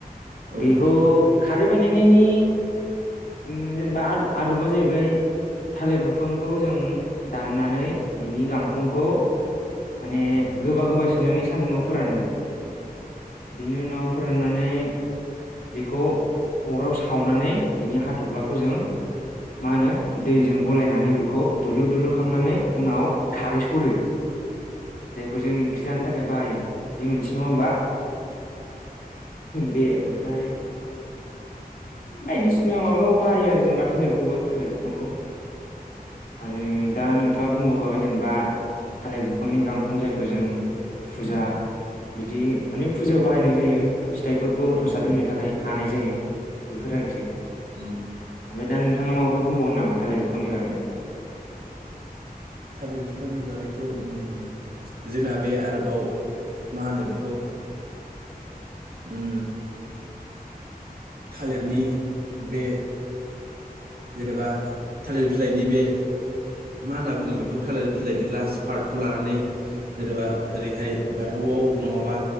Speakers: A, on the right; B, on the left.
A: औ
B: बेखौ खारै बानायनायनि उम जेनेबा आद आदबा जाहैबाय थालिर बिफांखौ जों दाननानै बिनि गांखंखौ माने गोबा गोबा सैनानै सान्दुङाव फोरानो। बिनि उनाव फोराननानै बेखौ अराव सावनानै बिनि हाथ'फ्लाखौ जों मा होनो दैजों गलायनानै बेखौ दुलुर दलुर खालामनानै उनाव खारै स'रो। जायखौ जों ओंख्रि जानो थाखाय बाहायो बे मोनसे नङा होमबा बे ओमफाय बायदिसिना माबायाव बाहायो आरो जेनेबा थालिरखौबो थालिर बिफांखौ। आरो दा नोंथाङा बुंबोखाबाय जेनेबा थालिर बिफांनि गांखं जायखौ जों फुजा बिदि माने फुजायाव बाहायनाय जायो फिथाइफोरखौ
A: औ
B: प्रसाद होनो थाखाय हानाय जायो। बेफोर आरोखि।
A: ओम
B: ओमफ्राय दा नोंथाङा माफोर बुंबावगोन नामा थालिर बिफांनि बागै
A: थालिर बिफांनि बागैथ' उम जोंना बे आरोबाव मा होनो बेखौ उम थालिरनि बे जेनेबा थालिर बिलाइनि बे मा होन्ना बुङो बेखौ थालिर बिलाइनि लास्ट पार्टखौ लानानै जेनेबा ओरैहाय बाथौआव नङाबा